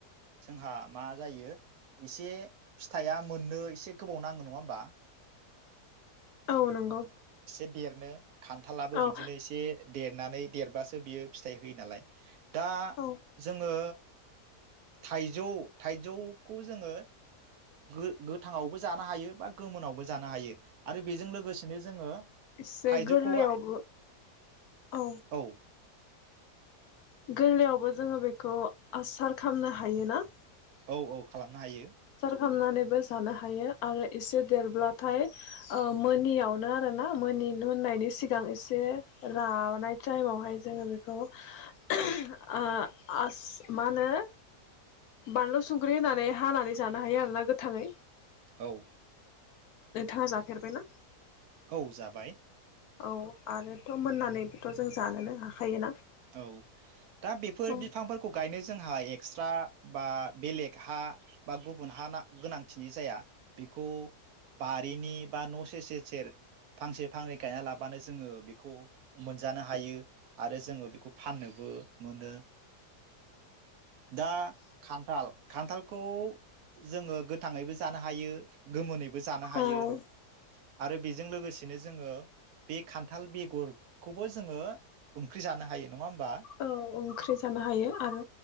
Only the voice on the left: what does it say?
औ नंगौ
औ
औ
एसे
गोरलैयावबो
औ गोरलैयावबो जोङो बेखौ आसार खामनो हायोना
खामनानैबो जानो हायो आरो एसे देरब्लाथाय ओ मोनोनियावनो आरोना मोनि मोननायनि सिगां एसे रानाय टाइमावहाय जोङो बेखौ <unintelligible> ओ आस मा होनो बानलु संख्रि होनानै हानानै जानो हायो आरोना गोथाङै
नोंथाङा जाफेरबायना
औ आरोथ' मोननानैबोथ' जों जानोनो हाखायोना?
औ
औ
औ ओंख्रि जानो हायो आरो